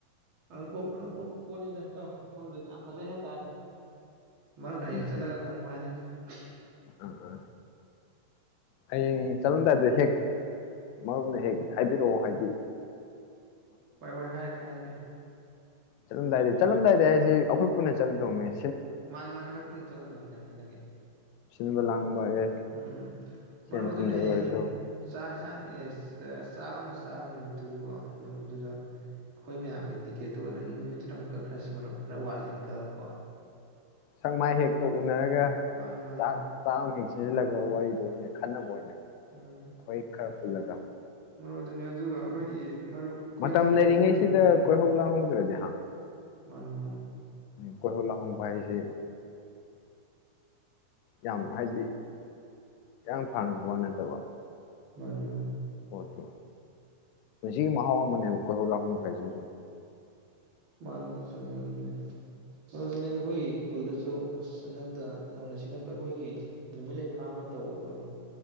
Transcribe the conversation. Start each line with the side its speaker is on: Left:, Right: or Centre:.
Right: ꯑꯉꯛꯄ ꯑꯉꯛꯄ ꯄꯣꯠꯅꯤꯗꯇꯣ ꯃꯐꯝꯗꯨ ꯌꯥꯝ ꯐꯖꯩ ꯍꯥꯏꯇꯥꯔꯦ ꯃꯔꯨꯞꯅ
Left: ꯑꯗꯨꯃꯥꯏꯅ
Right: ꯍꯌꯦꯡ ꯆꯠꯂꯒ ꯈꯪꯕ ꯍꯥꯏꯗꯨꯅꯤ ꯑ
Left: ꯑꯥ ꯑꯥ ꯍꯌꯦꯡ ꯆꯠꯂꯝꯗꯥꯏꯗ ꯍꯦꯛ ꯃꯔꯨꯞꯅ ꯍꯦꯛ ꯍꯥꯏꯕꯤꯔꯛꯑꯣ ꯍꯥꯏꯗꯤ
Right: ꯍꯣꯏ ꯍꯣꯏ ꯍꯥꯏꯔꯛꯀꯦ ꯍꯥꯏꯔꯛꯀꯦ
Left: ꯆꯠꯂꯝꯗꯥꯏꯗꯤ ꯆꯠꯂꯝꯗꯥꯏꯗ ꯍꯥꯏꯁꯤ ꯑꯩꯈꯣꯏ ꯄꯨꯟꯅ ꯆꯠꯂꯗꯧꯅꯤ
Right: ꯃꯥꯅꯤ ꯃꯥꯅꯦ ꯑꯩꯈꯣꯏ ꯄꯨꯟꯅ ꯆꯠꯂꯗꯣꯏꯅꯤ ꯀꯩꯅꯣ ꯁꯤꯗꯒꯤ
Left: ꯁꯤꯟꯕ ꯂꯥꯡꯕ ꯑꯦ
Right: ꯎꯝ ꯃꯔꯨꯞ
Left: ꯁꯦꯟ
Right: ꯑꯗꯨꯅꯤ
Left: ꯊꯨꯝꯗ
Right: ꯍꯌꯦꯡ
Left: ꯑꯣꯏꯔꯁꯨ
Right: ꯆꯁꯤ ꯌꯦꯟꯁꯥꯡ ꯑꯦ ꯆꯥꯛ ꯑꯃ ꯆꯥꯕ ꯅꯨꯃꯤꯠꯇꯨꯀꯣ ꯃꯔꯨꯞ ꯑꯗꯨꯗ ꯑꯩꯈꯣꯏ ꯃꯌꯥꯝꯒꯤ ꯇꯤꯀꯦꯠꯇꯨ ꯅꯪ ꯅꯨꯃꯤꯠꯇꯨꯗ ꯑꯗꯨꯝ ꯀꯛꯈ꯭ꯔꯁꯤ ꯃꯔꯨꯞ ꯈꯔ ꯋꯥꯠꯂꯤꯉꯩꯗ ꯈꯛꯂ ꯀꯣ
Left: ꯁꯛꯃꯥꯏ ꯍꯦꯛꯇꯣ ꯎꯅꯔꯒ
Right: ꯃꯥꯅꯤ ꯃꯥꯅꯤ
Left: ꯆꯥꯛ ꯆꯥ ꯑꯃ ꯍꯦꯛ ꯂ ꯑꯗꯨꯒ ꯋꯥꯔꯤꯗꯣ ꯑꯣꯏꯅ ꯈꯟꯅꯕ ꯑꯣꯏꯅ
Right: ꯎꯝ
Left: ꯑꯩꯈꯣꯏ ꯈꯔ ꯄꯨꯜꯂꯒ
Right: ꯃꯔꯨꯞ ꯑꯗꯨꯅꯤ ꯑꯗꯨꯒ ꯑꯩꯈꯣꯏꯒꯤ ꯃꯔꯨꯞ ꯑꯩꯈꯣꯏ
Left: ꯃꯇꯝ
Right: ꯁꯤꯗꯒꯤ
Left: ꯂꯩꯔꯤꯉꯩꯁꯤꯗ
Right: ꯎꯝ
Left: ꯀꯣꯏꯍꯧ ꯂꯥꯡꯍꯧꯗꯔ꯭ꯗꯤ ꯑꯥ
Right: ꯃꯥꯅꯤ ꯃꯥꯅꯤ
Left: ꯀꯣꯏꯍꯧ ꯂꯥꯍꯧꯕ ꯍꯥꯏꯁꯦ ꯌꯥꯝ ꯍꯥꯏꯗꯤ ꯌꯥꯝ ꯏꯔꯥꯟ ꯐꯥꯂꯥꯡꯒꯤ ꯋꯥ ꯅꯠꯇꯕ
Right: ꯃꯥꯅꯤ ꯃꯥꯅꯤ
Left: ꯑꯄꯥ ꯄꯟꯁꯤꯒꯤ ꯃꯍꯥꯎ ꯑꯃꯅꯦꯕ ꯀ ꯂ ꯍꯨ ꯐꯥꯏꯁꯤ <unintelligible>
Right: ꯃꯥ ꯆꯨꯝꯅꯤ ꯑꯩꯈꯣꯏꯒꯤ ꯈꯨꯜꯗꯁꯨ ꯑꯁ ꯍꯟꯗꯛꯇ ꯅꯧꯅ ꯁꯦꯝꯒꯠꯄ ꯑꯩꯈꯣꯏꯒꯤ ꯅꯨꯃꯤꯠ ꯂꯩꯐꯥꯝ ꯑꯃ ꯇꯧꯕꯗ ꯃꯔꯨꯞ